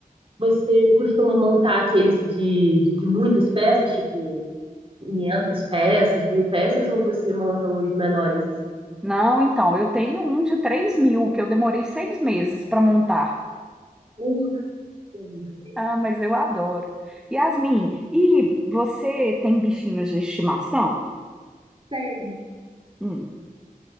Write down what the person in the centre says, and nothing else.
Não, então, eu tenho um de três mil que eu demorei seis meses para montar.
Ah, mas eu adoro. Yasmin, e você tem bichinhos de estimação?
Hum,